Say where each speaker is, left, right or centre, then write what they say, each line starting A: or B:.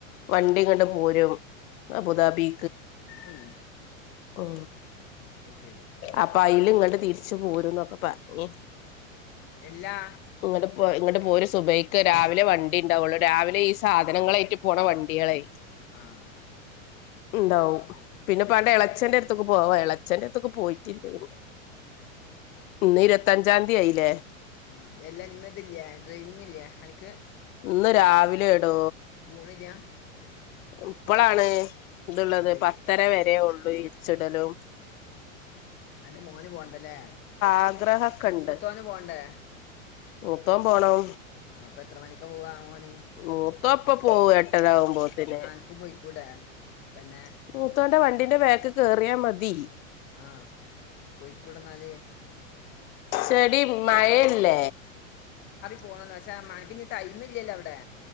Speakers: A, on the left; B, on the left.
A: വണ്ടിങ്ങണ്ട് പോരും അബുദാബി
B: ഉം
A: ഓ
B: <unintelligible>
A: അപ്പ അയിൽ ഇങ്ങോട്ട് തിരിച്ചും പോരുംന്നൊക്കെ പറഞ്ഞ
B: എല്ലാ
A: ഇങ്ങ പോ ഇങ്ങട്ട പോര് സുഭഹി രാവിലെ വണ്ടി ഉണ്ടാവുള്ളു രാവിലെ ഈ സാധനങ്ങളായിട്ട് പോണ വണ്ടിയാളെ
B: ആ
A: ഇണ്ടാവും പിന്നെ പാന്റെ എളച്ചന്റെ അടുത്തൊക്കെ പോവാ എളച്ചന്റെ അടുത്തൊക്കെ പോയി <unintelligible> ഇരുപത്തഞ്ചാം തീയതി ആയില്ലേ
B: ആ എല്ല ഇന്നതില്ലേ ഡ്രൈവിംഗ് ഇല്ലേ അനക്ക്?
A: ഇന്ന് രാവിലെടോ
B: പോണില്ല
A: മ് പ്പളാണ്. ഇത്ള്ളത്
B: പോയി
A: പത്തര വരേ ഒള്ളോയ്ച്ചിടലും
B: അന്റെ മോന് പോണ്ടല്ലേ
A: ആഗ്രഹൊക്കെ
B: ഷെ
A: ഉണ്ട്
B: മൂത്തോന് പോണ്ടേ?
A: മൂത്തോൻ പോണം.
B: അപ്പത്ര മണിക്ക പോവാ ഓന്?
A: മൂത്തോ പ്പ പോവും എട്ടരാകുമ്പത്തന്.
B: എന്നാ അനക്കും പോയിക്കൂടെ പെണ്ണെ
A: മൂത്തോന്റെ വണ്ടിന്റെ ബാക്കി കേറിയാ മതി.
B: ആ പോയിക്കൂടെന്നാല്?
A: ചെടി മയല്ലേ.
B: പോണന്നച്ചാ മനക്കിനി ടൈമില്ലല്ലോ അവിടെ.